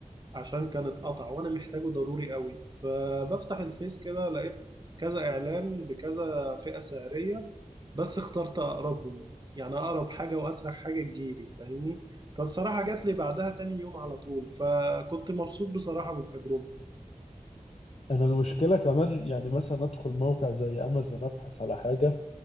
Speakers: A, on the right; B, on the left.
A: عشان كان اتقطع وانا محتاجه ضروري قوي فبفتح الفيس كده لقيت كذا اعلان بكذا فئة سعرية بس اخترت اقربهم يعني اقرب حاجة واسرع حاجة تجيلي فاهمني فبصراحة جات لي بعدها تاني يوم على طول فكنت مبسوط بصراحة من التجربة
B: انا المشكلة كمان يعني مثلا ادخل موقع زي امازون ابحث على حاجة